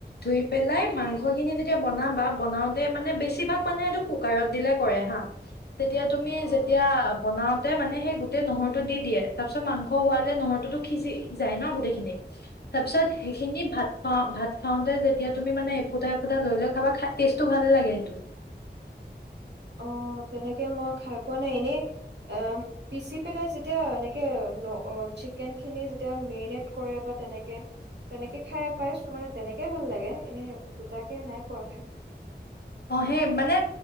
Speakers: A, on the left (about 65°); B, on the right (about 70°).
A: ধুই পেলাই মাংসখিনি যেতিয়া বনাবা বনাও তে মানে বেছিভাগ মানে এইটো কুকাৰত দিলে কৰে হা, তেতিয়া তুমি
B: অ',
A: যেতিয়া বনাও তে মানে সেই গোটেই নহৰুটো দি দিয়ে। তাৰপিছত মাংস হোৱালে নহৰুটোতো সিজি যায় ন গোটেইখিনি, তাৰ পিছত সেইখিনি ভাত অঁ ভাত খাওঁতে যেতিয়া তুমি মানে এফুটা এফুটা লৈ লৈ খাবা টেষ্টটো ভালে লাগে সেইটো। <inaudible>
B: অঁ তেনেকে মই খাই পোৱা নাই, এনেই এ পিচি পেলাই যেতিয়া এনেকে অঁ চিকেন খিনি যেতিয়া মেৰিনেট কৰে বা তেনেকে তেনেকে খাই পাইছো মানে, তেনেকে ভাল লাগে এনেই গোটাকে নাই পোৱা খাই।
A: অঁ সেই মানে